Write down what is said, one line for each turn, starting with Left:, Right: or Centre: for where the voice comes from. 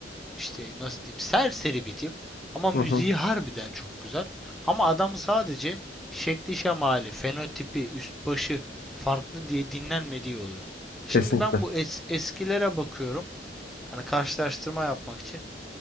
Centre: işte nasıl diyeyim serseri bir tip ama müziği
Left: hı. hı.
Centre: harbiden çok güzel. Ama adam sadece şekli şemali, fenotipi, üst başı farklı diye dinlenmediği oluyor. Şimdi
Left: Kesinlikle.
Centre: ben bu es- eskilere bakıyorum. Hani karşılaştırma yapmak için.